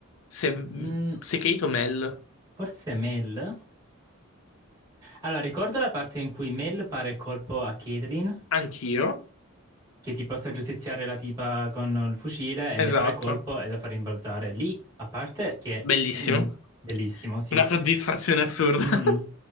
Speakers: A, on the left; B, on the right.
A: Se,
B: mm,
A: se Kate o Mel,
B: forse Mel? Allora, ricordo la parte in cui Mel pare colpo a Caitlyn
A: anch'io.
B: che tipo sta a giustiziare la tipa con il fucile e le
A: Esatto,
B: para il colpo e la fa rimbalzare. Lì, a parte che...
A: bellissimo.
B: mm, bellissimo, sì.
A: Una soddisfazione assurda.
B: Mhm.
A: <laughs>